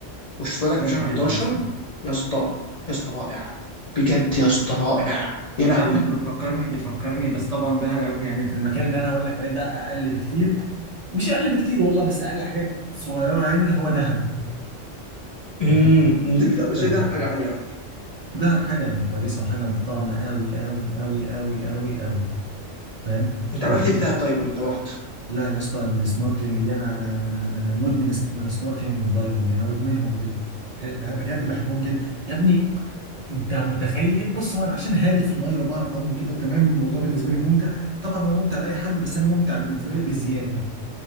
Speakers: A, on the left; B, on the right.
A: والشفاء ده كان
B: جامد
A: في شهر
B: جدا
A: 11
B: صح
A: يا اسطى يا اسطى رائع بجد يا اسطى رائع يا لهوي
B: انت عارف انت بتفكرني بتفكرني بس طبعا ده يعني في المكان اللي انا هقول لك عليه ده اقل بكتير مش اقل بكتير والله بس اقل حاجات صغيره يعني هو دهب
A: امم
B: فاهم
A: لا بس
B: دهب
A: ده بحاجه عاليه على فكره
B: دهب حاجه كويسه وحاجه محترمه قوي قوي قوي قوي قوي قوي فاهم
A: انت
B: وحاجه
A: عملت ايه في دهب طيب لما انت رحت
B: لا يا اسطى السنوركلينج دي انا انا انا انا مدمن سنوركلينج ودايفنج انا مدمنهم كده بجد بحبهم جدا يا ابني انت متخيل بص هو انا عشان هادي في الميه وبعرف اعوم وكده تمام الموضوع بالنسبه لي ممتع طبعا هو ممتع لاي حد بس انا ممتع بالنسبه لي بزياده